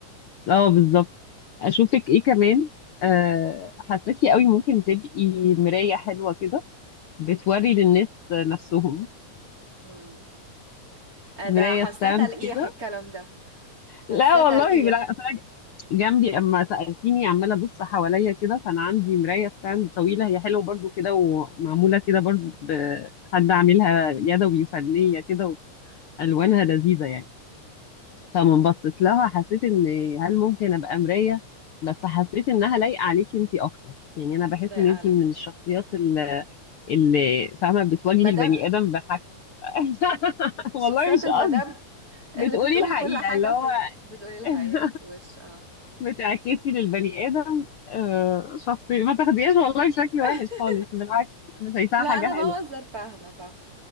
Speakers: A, on the left; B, on the right.
A: اه بالظبط اشوفك ايه كمان أه... حاساكي قوي ممكن تبقي مرايه حلوه كده بتوري للناس نفسهم
B: امم آه،
A: مرايه
B: ده حاساه
A: ستاند
B: تلقيح
A: كده
B: الكلام ده حاساه
A: لا
B: تلقيح
A: والله بالعكس أصل أنا جنبي اما سالتيني عماله ابص حواليا كده فانا عندي مرايه ستاند طويله هي حلوه برضو كده ومعموله كده برضو بحد عاملها يدوي وفنيه كده والوانها لذيذه يعني فمن بصيت لها حسيت ان هل ممكن ابقى مرايه بس حسيت انها لايقه عليكي انتي اكتر يعني انا بحس
B: ده
A: ان
B: علي
A: انتي من الشخصيات اللي, اللي فاهمه بتواجهي
B: مدب
A: البني ادم بحاجته <laughs> والله
B: شخصيات
A: مش
B: المدب
A: قصدي بتقولي
B: اللي بتقولي
A: الحقيقه
B: كل حاجه
A: اللي هو
B: في بتقولي الحقيقه
A: <laughs>
B: في وش اه
A: بتعكسي للبني آدم آه، شخصية ما تاخديهاش والله شكل
B: <laughs>
A: وحش خالص بالعكس أنا شايفاها
B: لا
A: حاجة
B: انا بهزر
A: حلوة
B: فاهمه فاهمه